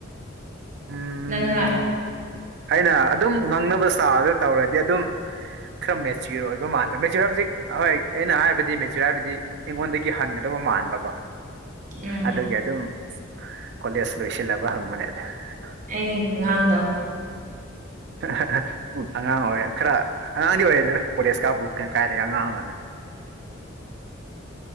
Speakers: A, on the right (about 60°); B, on the right (about 40°).
A: ꯎꯝ
B: ꯅꯪꯅ
A: ꯑꯩꯅ ꯑꯗꯨꯝ ꯉꯪꯅꯕ ꯆꯥꯔꯒ ꯇꯧꯔꯗꯤ ꯑꯗꯨꯝ ꯈꯔ ꯃꯦꯆꯤꯌꯣꯔ ꯑꯣꯏꯕ ꯃꯥꯟꯕ ꯃꯦꯆꯤꯌꯣꯔ ꯍꯥꯏꯖꯤꯛ ꯍꯣꯏ ꯑꯩꯅ ꯍꯥꯏꯕꯗꯤ ꯃꯦꯆꯤꯌꯣꯔ ꯍꯥꯏꯕꯗꯤ ꯑꯩꯉꯣꯟꯗꯒꯤ ꯍꯟꯒꯗꯕ ꯃꯥꯟꯕꯀꯣ
B: ꯎꯝ
A: ꯑꯗꯨꯒꯤ
B: ꯎꯝ
A: ꯑꯗꯨꯝ ꯀꯣꯂꯦꯖ ꯂꯣꯏꯁꯤꯜꯂꯕ ꯍꯪꯕꯅꯦ <unintelligible>
B: ꯑꯩꯒꯤ ꯈꯨꯡꯒꯥꯡꯗ
A: <unintelligible> ꯎꯝ ꯑꯉꯥꯡ ꯑꯣꯏ ꯈꯔ ꯑ ꯉꯥꯡꯗꯤ ꯑꯣꯏꯔꯗꯣꯏ꯭ꯔꯥ ꯀꯣꯂꯦꯖꯀꯥ ꯕꯨꯛ ꯀꯩꯅ ꯀꯥꯏꯔꯒ ꯑꯉꯥꯡꯅꯅꯦ